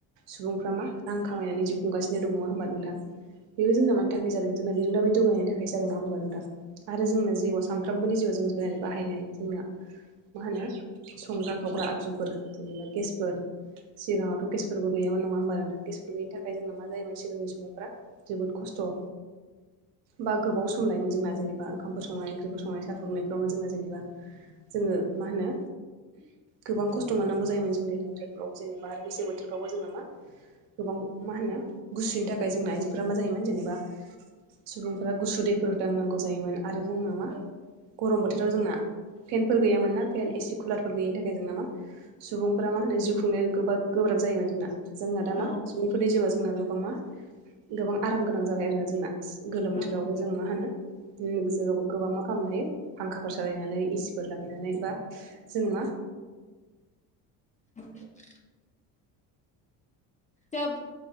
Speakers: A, on the right; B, on the left.
A: सुबुंफ्रा मा रां खामायनानै जिउ खुंगासिनो दं नङा होनोमबा नोंथां। बेबो जोंना मानि थाखाय जादों जोंना बिरोंदामिनि जौगायनायनि थाखायसो जादों नङा होमबा नोंथां। आरो जोंनो जिउआव सानफ्रोमबोनि जिउआव जों जेरै बाहायनाय जोंना। मा होनो संग्रा खावग्रा आगजुफोर जेनेबा गेसफोर सिगाङावथ' गेसफोरबो गोयामोन नङा होमबा नोंथां। गेसफोर गोयैनि थाखाय जोंना मा जायोमोन सिगांनि सुबुंफ्रा जोबोद खस्थ'। बा गोबाव सम लायोमोन जोंना जेनेबाओंखफोर संनाय ओंख्रिफोरखौ संनाय साफुदुंनायफ्रावनो जोंना जेनेबा। जोङो मा होनो गोबां खस्थ' मोननांगौ जायोमोन जों दैलां बोथोरफ्रावबो जेनेबा आरो मेसें बोथोरफ्रावबो जोंना मा? गोबां मा होनो गुसुनि थाखाय जोंना आइजोफोरा मा जायोमोन जेनेबा सुबुंफोरा गुसु दैफोर दांनांगौ जायोमोन। आरो जोंना मा गरम बोथोराव जोंना फेनफोर गैयामोन ना फेन एसि कुलारफोर गैयिनि थाखाय जोंना मा सुबुंफोरा मा होनो जिउ खुंनायाव गोबाब गोब्राब जायोमोन जोंना। जोंना दा
B: औ
A: मा सुबुंफोरनि जिउआ जोंना गोबां मा गोबां आराम गोनां जाबाय आरो जोंना। गोलोम
B: औ
A: बोथोरावबो जों मा होनो <unintelligible> गोबां मा खालामनो हायो फांखाफोर सालायनानै एसिफोर लागायनानै बा जों मा
B: <unintelligible> <unintelligible>